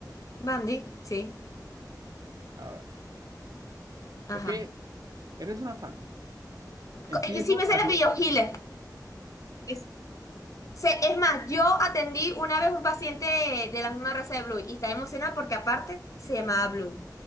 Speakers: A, on the left; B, on the right.
A: Bandy, sí.
B: A ver.
A: Ajá.
B: Es que eres una fan. Empiezo
A: Co- Es que sí me sé
B: a...
A: el
B: du-
A: apellido Hiller. Es, sé- es más, yo atendí una vez un paciente de la misma raza de Bluey y estaba emocionada porque aparte se llamaba Bluey.